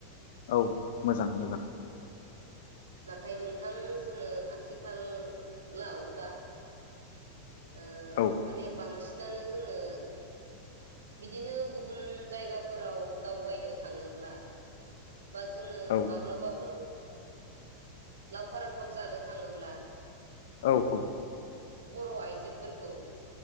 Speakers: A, on the left; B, on the right.
A: औ मोजां मोजां।
B: नाथाय नों थां जोङो आथिखा खाल लाव दा ओ
A: औ
B: माने बांसि सिनानो जोङो बिदिनो गुबुन जायगाफोराव दावबायनो थाङोब्ला बा जोङो
A: औ
B: माब्लाबाफोर लावखार ओंखाम जानो थांङोब्ला
A: औ औ
B: बर'आइजोफोरखौ